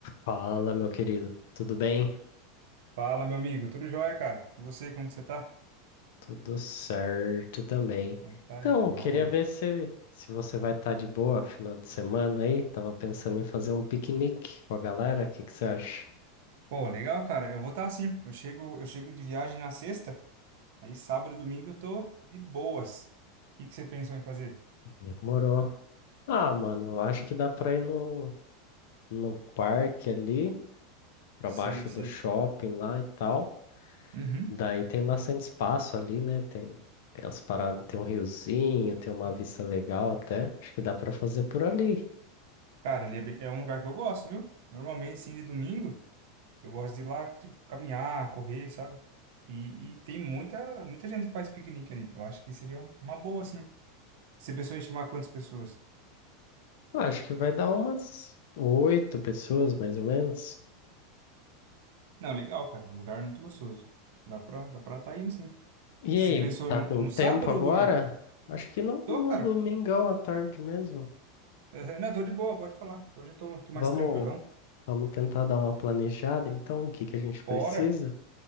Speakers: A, on the left; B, on the right.
A: Fala, meu querido. Tudo bem?
B: Fala, meu amigo, tudo jóia, cara? E você, como que você tá?
A: Tudo certo também.
B: Então tá
A: Então,
B: jóia.
A: queria ver se, se você vai estar de boa final de semana aí. Tava pensando em fazer um piquenique com a galera. O que que você acha?
B: Pô, legal, cara. Eu vou estar assim. Eu chego, eu chego de viagem na sexta, aí sábado e domingo eu tô de boas. O que que você pensou em fazer?
A: Demorou. Ah, mano, eu acho que dá pra ir no, no parque ali, pra
B: Sei,
A: baixo
B: sei.
A: do shopping lá e tal.
B: Uhum.
A: Daí tem bastante espaço ali, né? Tem, tem as paradas, tem um riozinho, tem uma vista legal até. Acho que dá pra fazer por ali.
B: Cara, ali é, bem- é um lugar que eu gosto, viu? Normalmente, sim, de domingo, eu gosto de ir lá, tipo, caminhar, correr, sabe? E, e tem muita, muita gente que faz piquenique ali. Eu acho que seria uma boa, assim. Você pensou em chamar quantas pessoas?
A: Acho que vai dar umas oito pessoas, mais ou menos.
B: Não, legal, cara. Um lugar muito gostoso. Dá pra, dá pra tá indo, sim.
A: E
B: Você
A: aí,
B: pensou
A: tá
B: no,
A: com
B: no
A: tempo
B: sábado
A: agora?
B: ou domingo?
A: Acho que no,
B: Tô,
A: no
B: cara.
A: domingão à tarde mesmo.
B: Eh, Não, tô de boa, pode falar. Hoje eu tô, tô
A: Vamos,
B: mais tranquilão.
A: vamos tentar dar uma planejada, então, o que que a gente precisa?
B: Bora,